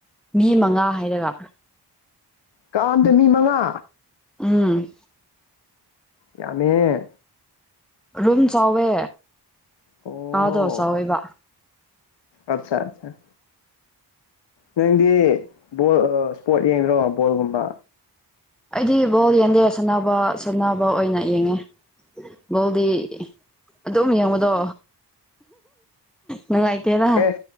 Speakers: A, in the centre; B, on the left.
A: ꯃꯤ ꯃꯉꯥ ꯍꯥꯏꯔꯒ
B: ꯀꯥꯑꯝꯗ ꯃꯤ ꯃꯉꯥ
A: ꯎꯝ
B: ꯌꯥꯝꯃꯦ
A: ꯔꯨꯝ ꯆꯥꯎꯋꯦ
B: ꯑꯣ
A: ꯑꯗꯣ ꯆꯥꯎꯋꯦꯕ
B: ꯑꯠꯆꯥ ꯑꯠꯆꯥ ꯅꯪꯗꯤ ꯕꯣꯜ ꯏꯁꯄꯣꯔꯠ ꯌꯦꯡꯗ꯭ꯔꯣ ꯕꯣꯜꯒꯨꯝꯕ
A: ꯑꯩꯗꯤ ꯕꯣꯜ ꯌꯦꯟꯗꯦ ꯁꯥꯟꯅꯕ ꯁꯥꯟꯅꯕ ꯑꯣꯏꯅ ꯌꯦꯡꯉꯦ ꯧꯗꯤ ꯑꯗꯨꯝ ꯌꯦꯡꯕꯗꯣ ꯅꯪꯏꯇꯔ
B: ꯑꯦ